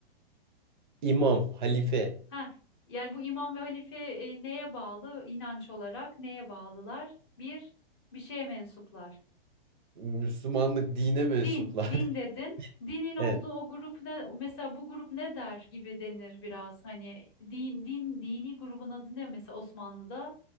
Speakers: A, on the right (about 50°); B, on the left (about 25°).
A: İmam, halife.
B: Ha, yani bu imam ve halife e, neye bağlı? İnanç olarak neye bağlılar? Bir, bir şeye mensuplar.
A: Müslümanlık dine mensuplar.
B: Din, din dedin.
A: <laughs>
B: Dinin olduğu
A: Evet,
B: o grup ne? Mesela bu grup ne der gibi denir biraz. Hani din, din, dini grubun adı ne mesela Osmanlı'da?